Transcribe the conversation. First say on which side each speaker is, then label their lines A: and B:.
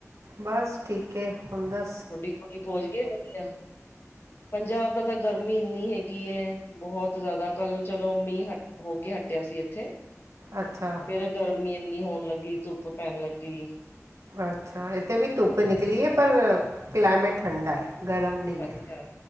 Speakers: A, on the right (about 65°); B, on the left (about 45°).
A: ਬਸ ਠੀਕ ਏ, ਹੁੰਦਾ
B: ਥੋਡੀ ਕੁੜੀ ਪਹੁੰਚ ਗਈ ਏ ਵਧੀਆ। ਪੰਜਾਬ ਦਾ ਤਾਂ ਗਰਮੀ ਇੰਨੀ ਹੈਗੀ ਐ, ਬਹੁਤ ਜ਼ਿਆਦਾ ਕੱਲ ਚਲੋ, ਮੀਂਹ ਹਟ ਹੋ ਕੇ ਹਟਿਆ ਸੀ ਏਥੇ।
A: ਅੱਛਾ।
B: ਫੇਰ ਗਰਮੀ ਇੰਨੀ ਹੋਣ ਲੱਗੀ, ਧੁੱਪ ਪੈਣ ਲੱਗੀ।
A: ਅੱਛਾ, ਇੱਥੇ ਵੀ ਧੁੱਪ ਨਿਕਲੀ
B: ਹਮ
A: ਏ, ਪਰ ਕਲਾਈਮੇਟ ਠੰਡਾ ਏ। ਗਰਮ ਨਹੀਂ
B: ਅੱਛਾ
A: ਐ,